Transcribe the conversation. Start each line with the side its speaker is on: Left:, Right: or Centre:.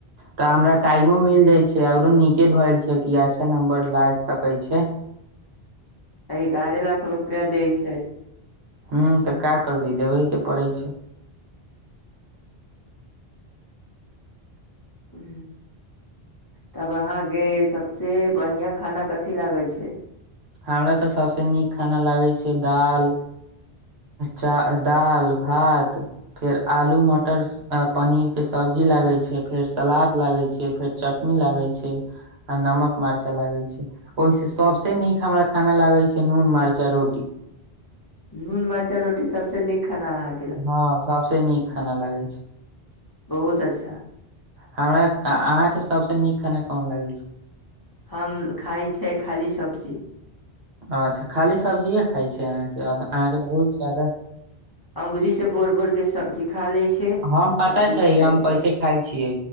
Right: तऽ हमरा टाइमो मिल जाय छै औरो नीके भए छै कि अच्छा नम्बर ला सकै छै
Left: एगारह लाख रुपआ दै छै
Right: हूं तऽ का करबै देबहे के पड़ै छै
Left: ह तब अहा के सबसे बढ़िया खाना कथि लागै छै
Right: हमरा तऽ सभसँ नीक खाना लागै छै दाल चा दाल भात फेर आलू मटर आ पनीर के सब्जी लागै छै फेर सलाद लागै छै फेर चटनी लागै छै आ नमक मारचा लागै छै ओहि से सबसे नीक हमरा खाना लागै छै नून मर्चा रोटी
Left: नून मर्चा रोटी सबस नीक खाना अहाँ
Right: हँ सभ से नीक खाना लागै छै
Left: बहुत अच्छा
Right: हमरा अहा के सबस नीक खाना कोन लागै छै
Left: हम खाइ छै खाली सब्जी
Right: अच्छा खाली सब्जिए खाइ छै अहाँके आ अहाँके बहुत जादा
Left: अऔंगुरी से बोर बोर के सब्जी खा लै छै
Right: हम पता
Left: आ सुति
Right: छै
Left: जाइ
Right: हम कैसे खाय छियै